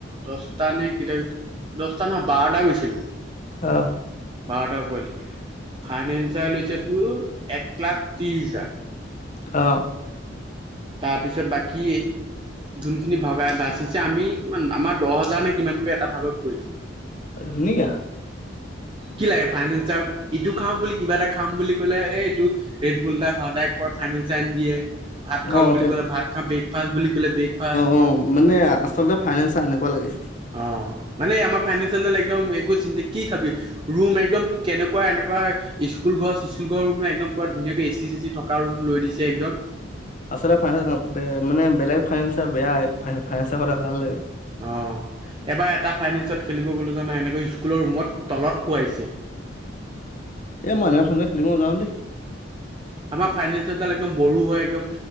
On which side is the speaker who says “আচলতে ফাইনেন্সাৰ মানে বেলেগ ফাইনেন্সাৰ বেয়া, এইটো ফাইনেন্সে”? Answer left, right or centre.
Left